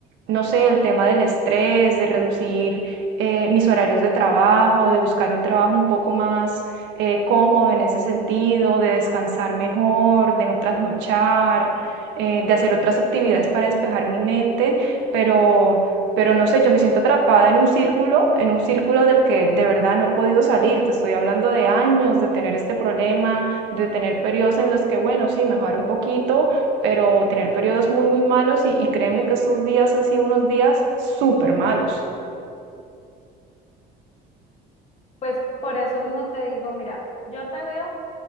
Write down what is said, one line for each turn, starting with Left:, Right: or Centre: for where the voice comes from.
Right: no sé, el tema del estrés, de reducir eh, mis horarios de trabajo, de buscar un trabajo un poco más eh, cómodo en ese sentido, de descansar mejor, de no trasnochar, eh, de hacer otras actividades para despejar mi mente, pero pero no sé, yo me siento atrapada en un círculo, en un círculo del que de verdad no he podido salir. Te estoy hablando de años, de tener este problema, de tener periodos en los que, bueno, sí, mejorar un poquito, pero tener periodos muy, muy malos y, y créeme que estos días han sido unos días súper malos.
Left: pues por eso mismo te digo, mira, yo te veo.